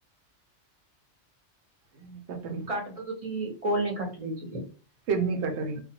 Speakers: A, on the right; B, on the right.
A: ਨਹੀਂ ਕੱਟ ਰਹੀ
B: ਕੱਟਦੋ ਤੁਸੀਂ, ਕੋਲ ਨਹੀਂ ਕੱਟ ਰਹੇ ਜੀ
A: ਫਿਰ ਨੀ ਕੱਟ ਰਹੀ